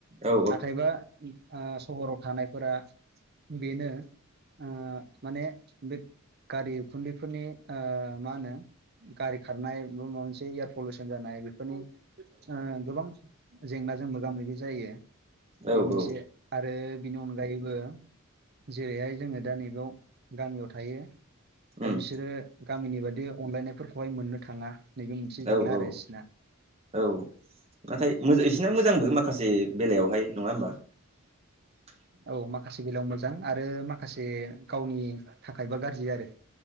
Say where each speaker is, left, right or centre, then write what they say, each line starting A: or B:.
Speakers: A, on the right (about 30°); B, on the right (about 50°).
A: औ
B: नाथायबा ओ सहराव थानायफोरा बेनो ओ माने बे गारि उखुन्दैफोरनि ओ मा होनो गारि खारनाय बा माबा मोनसे एयार पलिउसन जानाय बेफोरनि ओ गोबां जेंनाजों मोगा मोगि जायो
A: औ
B: बे मोनसे
A: औ
B: आरो बिनि अनगायैबो जेरैहाय जोङो दा नैबयाव गामियाव थायो
A: उम
B: दा बिसोरो गामिनि बायदि अनलायनायफोरखौहाय मोननो थाङा नैबे मोनसे जेंना
A: औ औ
B: आरो बिसिना।
A: औ नाथाइ मो इसिरना मोजांबो माखासे बेलायावहाय। नङा
B: <inaudible>
A: <inaudible>
B: औ माखासे बेलायाव मोजां आरो माखासे गावनि थाखायबा गाज्रि आरो